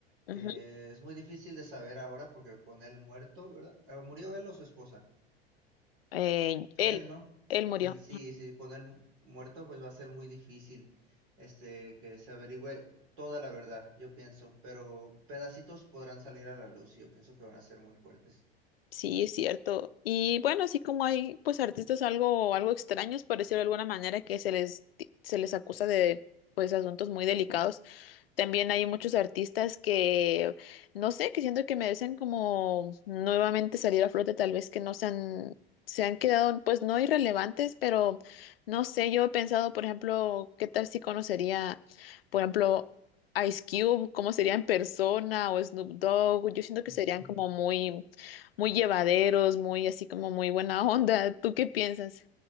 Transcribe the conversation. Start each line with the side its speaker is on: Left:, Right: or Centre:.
Right: que
Left: Ujú.
Right: es muy difícil de saber ahora porque con él muerto, ¿verdad? Eh, ¿Murió él o su esposa?
Left: Eh, él,
Right: Él no.
Left: él murió.
Right: Él sí, sí, con él mu- muerto pues va a ser muy difícil este que se averigüe toda la verdad, yo pienso, pero pedacitos podrán salir a la luz y yo pienso que van a ser muy fuertes.
Left: Sí, es cierto. Y bueno, así como hay pues artistas algo, algo extraños, por decirlo de alguna manera, que se les, se les acusa de pues asuntos muy delicados. También hay muchos artistas que, no sé, que siento que merecen como nuevamente salir a flote, tal vez que no se han, se han quedado, pues no irrelevantes, pero no sé, yo he pensado, por ejemplo, qué tal si conocería, por ejemplo, Ice Cube, cómo sería en persona, o Snoop Dogg, yo siento que
Right: <laughs>
Left: serían como muy, muy llevaderos, muy así como muy buena onda. ¿Tú qué piensas?